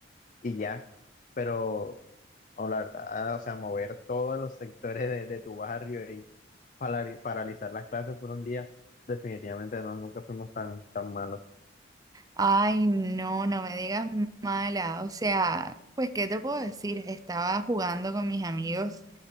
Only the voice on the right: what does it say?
Ay, no, no me digas mala. O sea, pues, ¿qué te puedo decir? Estaba jugando con mis amigos